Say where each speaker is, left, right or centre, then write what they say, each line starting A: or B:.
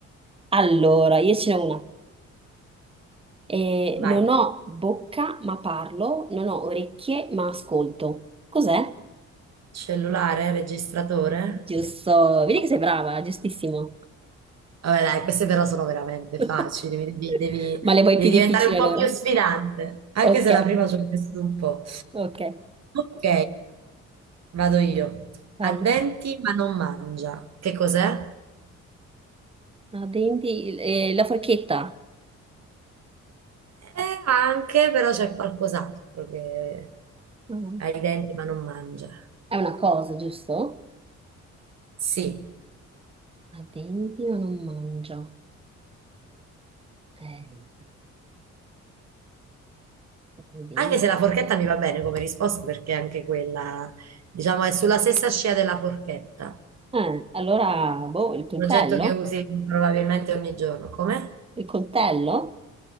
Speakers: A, on the right; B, on the right.
A: Allora, io ce n'ho una. Eh,
B: Vai.
A: non ho bocca ma parlo, non ho orecchie ma ascolto. Cos'è?
B: Cellulare, registratore.
A: Giusto, vedi che sei brava, giustissimo.
B: Vabbè, dai, queste però sono veramente
A: <laughs>
B: facili. mi Devi, devi-
A: Ma le vuoi
B: devi
A: più
B: diventare
A: difficili
B: un po'
A: allora?
B: più sfidante. Anche
A: Ok,
B: se la prima ci ho messo un po'.
A: ok,
B: Ok, vado io.
A: vai.
B: Ha denti ma non mangia. Che cos'è?
A: Ah, denti, eh, la forchetta.
B: Eh, anche, però c'è qualcos'altro che
A: Mm.
B: ha i denti ma non mangia.
A: È una cosa, giusto?
B: Sì,
A: Ha denti ma non mangia. Eh, ha i denti.
B: anche se la forchetta mi va bene come risposta perché anche quella, diciamo, è sulla stessa scia della forchetta.
A: Eh, allora, boh, il coltello?
B: Un oggetto che usi probabilmente ogni giorno. Come?
A: Il coltello?